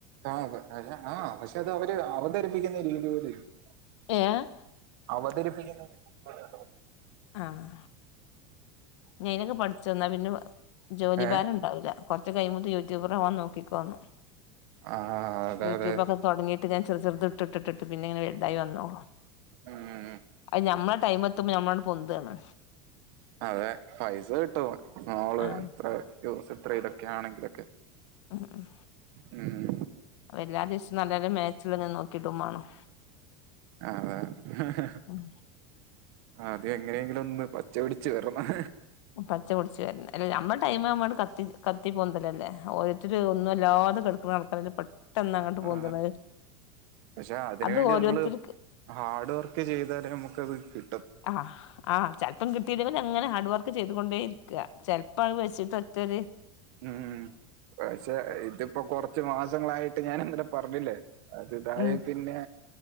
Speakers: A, on the right; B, on the left.
A: ആ ആ പക്ഷെ അത് അവര് അവതരിപ്പിക്കുന്ന രീതി പോലെ ഇരിക്കും
B: ഏഹ്
A: അവതരിപ്പിക്കുന്ന <unintelligible>
B: ആഹ് വേഗം പഠിച്ചോ എന്നാ പിന്നെ ജോലി
A: ഏ
B: ഭാരം ഉണ്ടാവൂല്ല കുറച്ച് കഴിയുമ്പോഴേക്കും യൂട്യൂബറാവാൻ നോക്കിക്കോന്ന്
A: ആ അതെ
B: യൂട്യൂബൊക്കെ
A: അതെ
B: തുടങ്ങിട്ട് ഞാൻ ചെറുത് ചെറുത് ഇട്ടിട്ടിട്ടിട്ട് പിന്നെ ഇങ്ങനെ വലുതായി വന്നൂ
A: ഉം
B: അത് ഞമ്മടെ ടൈമ് എത്തുമ്പോൾ നമ്മള് അങ്ങോട്ട്‌ പൊന്തുവാണ്
A: അതെ പൈസ കിട്ടും മോള്
B: ആഹ്
A: ഇത്ര യൂസ് ഇത്ര ഇതൊക്കെ ആണെങ്കിലൊക്കെ
B: ഉം ഉം
A: ഉം
B: എല്ലാ ദിവസവും നല്ല നല്ല മാച്ചിലങ്ങനെ നോക്കി ഇടുവേം വേണം
A: അതെ
B: ഉം
A: അത് എങ്ങനെയെങ്കിലും ഒന്ന് പച്ച പിടിച്ചു വരണം
B: പച്ച പിടിച്ച് വരണം അല്ലേ നമ്മുടെ ടൈം നമ്മളങ്ങട്ട് കത്തി കത്തി പൊന്തല്ലല്ലേ ഒരോരുത്തര് ഒന്നും അല്ലാതെ കിടക്കണ ആൾ അതില് പെട്ടെന്ന് അങ്ങോട്ട്
A: ആ
B: പൊന്തണത്
A: പക്ഷെ അതിന്
B: അത്
A: വേണ്ടി
B: ഓരോരുത്തർക്ക്‌
A: നമ്മള് ഹാർഡ് വർക്ക് ചെയ്താലേ നമുക്കത് കി
B: ആഹ് ആ ചിലപ്പം കിട്ടിയില്ലങ്കിലും അങ്ങനെ ഹാർഡ് വർക്ക് ചെയ്തുകൊണ്ടേയിരി ക്കുക ചെലപ്പോ അത് വെച്ചിട്ട് ഒറ്റ ഒര്
A: ഉം പക്ഷെ ഇതിപ്പോ കൊറച്ച് മാസങ്ങളായിട്ട് ഞാൻ ഇന്നലെ പറഞ്ഞില്ലേ അത് ഇതായ
B: ഉം
A: പിന്നെ